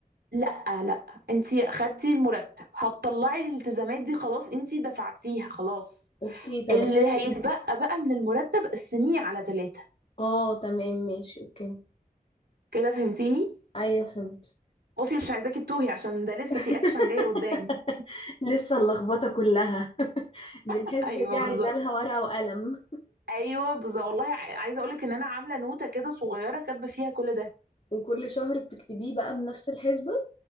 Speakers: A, on the right; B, on the left.
A: لا لا انتي اخدتي المرتب هتطلعي الالتزامات دي خلاص انتي دفعتيها خلاص
B: اوكي تمام
A: اللي هيتبقى بقى من المرتب قسميه على ثلاثة
B: اه تمام ماشي اوكي
A: كده فهمتيني
B: ايوه فهمت
A: بصي مش عايزاكي تتوهي عشان ده لسه
B: <laughs>
A: في اكشن جاي قدام
B: لسه اللخبطة كلها <laughs> دي
A: <laughs>
B: الحسبة
A: ايوه
B: دي عايزة
A: بالظبط
B: لها ورقة وقلم
A: ايوه بالظبط والله ع- عايزه اقولك ان انا عامله نوته كده صغيره كاتبه فيها كل ده
B: وكل شهر بتكتبيه بقى بنفس الحسبة